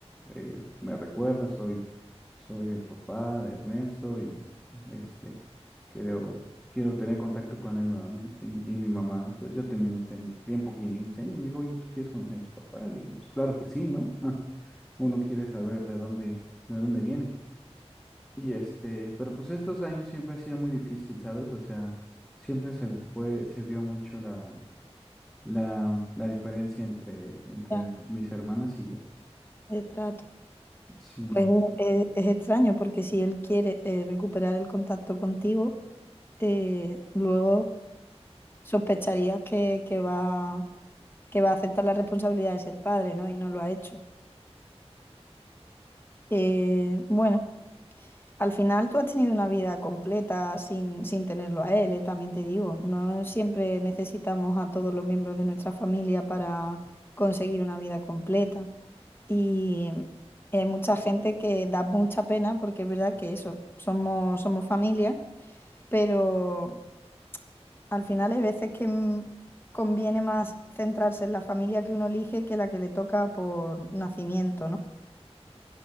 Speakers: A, in the centre; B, on the left.
A: eh, me recuerda, soy, soy el papá de Ernesto y este, quiero, quiero tener contacto con él nuevamente. Y, y mi mamá, pues yo tenía en ese año, tiempo 15 años, me dijo, oye, ¿tú quieres conocer a tu papá? Le dije, pues claro que sí, ¿no? <laughs> Uno quiere saber de dónde, de dónde viene. Y este, pero pues estos años siempre ha sido muy difícil, ¿sabes? O sea, siempre se fue, se vio mucho la, la, la diferencia entre, entre
B: Ya,
A: mis hermanas y yo.
B: de trato.
A: Sí,
B: Pues es, es extraño porque si él quiere eh, recuperar el contacto contigo, eh, luego sospecharías que, que va, que va a aceptar la responsabilidad de ser padre, ¿no? Y no lo ha hecho. Eh, bueno, al final tú has tenido una vida completa sin, sin tenerlo a él, ¿eh? También te digo, no siempre necesitamos a todos los miembros de nuestra familia para conseguir una vida completa. Y hay mucha gente que da mucha pena porque es verdad que eso, somos, somos familia, pero... Al final hay veces que mm, conviene más centrarse en la familia que uno elige que la que le toca por nacimiento, ¿no?